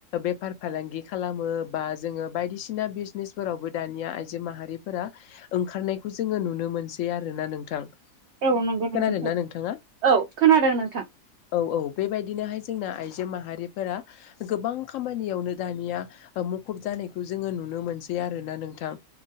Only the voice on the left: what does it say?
बेफार फालांग खालामो बा जोङो बायदिसिना बिजनेसफोरावबो दानिया आइजो माहारिफोरा ओंखारनायखौ जोङो नुनो मोनसे आरोना नोंथां
खोनादोंना
नोंथाङा
औ औ बेबायदिनोहाय जोंना आइजो माहारिफोरा गोबां खामानियावनो दानिया मुखुब जानायखौ जोङो नुनो मोनसै आरोना नोंथां